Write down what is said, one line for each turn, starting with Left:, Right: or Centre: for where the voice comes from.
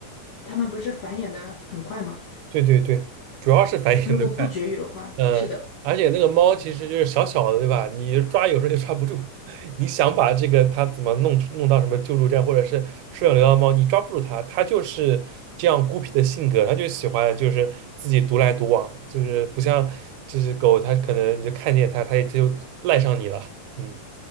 Left: 它们不是繁衍的很快嘛，
Right: 对对对，主要是繁衍的快。
Left: 如果不绝育的话，
Right: 嗯，
Left: 是的。
Right: 而且那个猫其实就是小小的，对吧？你抓有时候就抓不住，<laughs> 你想把这个它怎么弄出弄到什么救助站或者是收养流浪猫，你抓不住它，它就是这样孤僻的性格，它就喜欢就是自己独来独往，就是不像就是狗，它可能你就看见它，它也它就赖上你了。嗯。